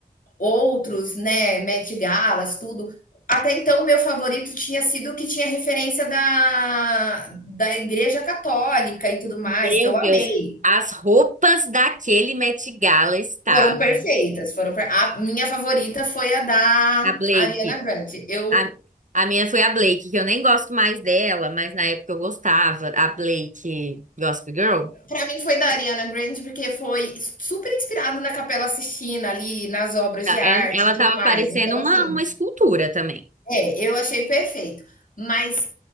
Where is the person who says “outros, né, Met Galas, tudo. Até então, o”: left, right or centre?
Left